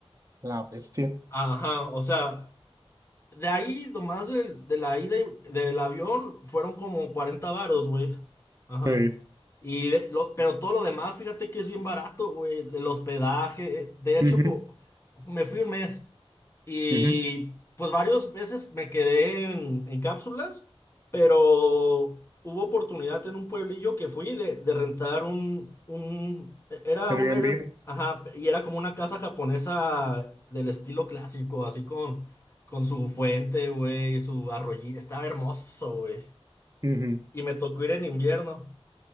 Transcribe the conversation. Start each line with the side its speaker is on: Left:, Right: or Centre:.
Right: La bestia.
Left: Ajá, o sea, de ahí nomás de, de la ida y- del avión fueron como 40 varos, güey. Ajá.
Right: Sí.
Left: Y de- lo- pero todo lo demás, fíjate que es bien barato, güey. El hospedaje. eh, De hecho,
Right: Ujú,
Left: po- me fui un mes. Y
Right: ujú.
Left: pues varias veces me quedé en, en cápsulas, pero hubo oportunidad en un pueblillo que fui de, de rentar un, un, e-, era
Right: Airbnb.
Left: un, era- ajá, y era como una casa japonesa del estilo clásico, así con, con su fuente, güey, su arroyito, estaba hermoso, güey.
Right: Ujú,
Left: Y me tocó ir en invierno.